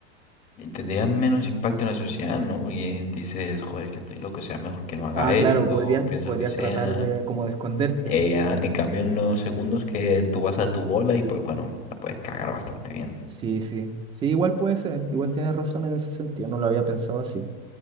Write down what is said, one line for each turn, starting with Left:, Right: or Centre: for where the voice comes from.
Left: tendría menos impacto en la sociedad, ¿no? Porque dices, joder, que estoy loco, o sea, mejor que no haga
Right: Ah,
Left: esto,
Right: claro, podrías,
Left: o piense
Right: podrías
Left: lo que sea.
Right: tratar de como de esconderte,
Left: Eh, a- en cambio, en los segundos que tú vas a tu bola y pues bueno, la puedes cagar bastante bien.
Right: Sí, sí. Sí, igual puede ser. Igual tienes razón en ese sentido. No lo había pensado así.